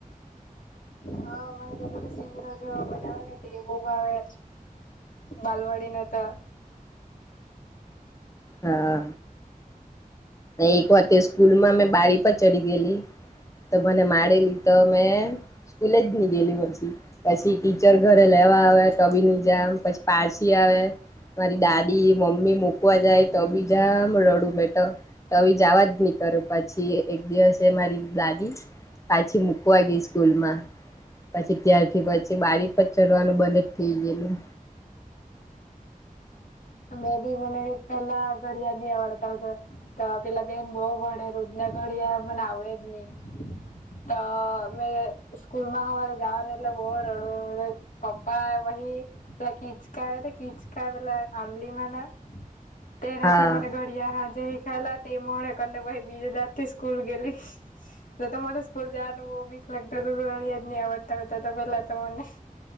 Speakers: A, on the left; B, on the left.
A: હા મને તો પેલો સિંરો જેવો બનાવે ને તે બોવ ભાવે. બાલવાડીને તો
B: હા એક વખતે સ્કૂલમાં મેં બારી પર ચડી ગયેલી તો મને માડેલી તો મેં સ્કૂલે જ ની ગયેલી પછી પછી ટીચર ઘરે લે આવે તો બી ની જામ પછી, પાછી આવે મારી દાદી મમ્મી મૂકવા જાય તો બી જામ રડું મેં તો બી જાવા જ નહી કરુ પછી એક દિવસે મારી દા દી પાછી મૂકવા ગઈ સ્કૂલમાં પછી ત્યારથી પછી બારી પર ચઢવાનું બંધ જ થઈ ગયેલું.
A: મે બી મને પેલા ઘડિયા નવાડતા હો છે તો પેલા બેન બહ વડે રુંજ ઘડિયા મને આવડે જ નહી તો મેં સ્કૂલમાં હરે જવાનું એટલે બહ રડું પપ્પા કહી એ કીચકા તો કીચ લા આંબલી ના તેનાથી
B: હા
A: મને ઘડિયા હાનજે હિ ખેલાતી મોડે કરીને પછી બીજે દાડથી સ્કૂલ ગેલી એટલે તો મરે સ્કૂલ જવાનું બો બી લગતા યાદ નહી આવડતા આવતા તો પેલા તો મને